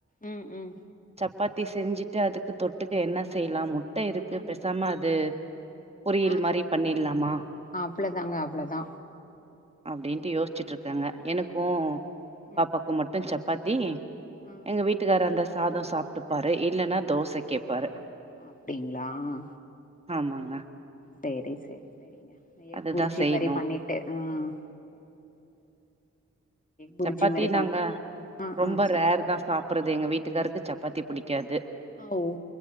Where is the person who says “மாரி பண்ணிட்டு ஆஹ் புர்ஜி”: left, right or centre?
Left